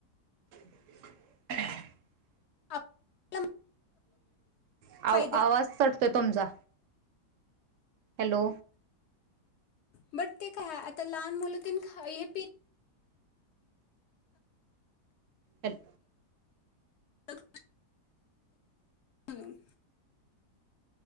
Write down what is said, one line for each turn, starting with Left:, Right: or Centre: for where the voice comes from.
Right: <unintelligible>
Left: आपल्याला
Right: आ
Left: फायदे
Right: आवाज कटतोय तुमचा हॅलो
Left: बट ते काय आता लहान मुल हे खा, हे पी
Right: हल्ल
Left: टक हं